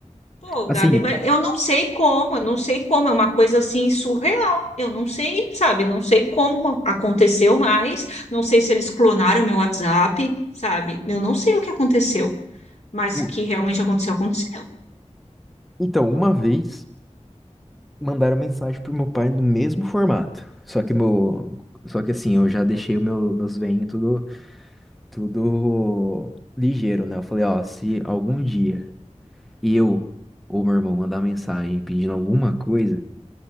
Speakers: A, on the left; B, in the centre.
A: Pô,
B: assim,
A: Gabi, mas eu não sei como, eu não sei como, é uma coisa assim surreal. Eu não sei, sabe? Não sei como aconteceu mais, não sei se eles clonaram meu WhatsApp, sabe? Eu não sei o que aconteceu, mas
B: o-
A: que realmente aconteceu, aconteceu.
B: então, uma vez mandaram mensagem pro meu pai no mesmo formato. Só que meu, só que assim, eu já deixei o meu, meus venhos tudo, tudo ligeiro, né? Eu falei, ó, se algum dia e eu ou meu irmão mandar mensagem pedindo alguma coisa,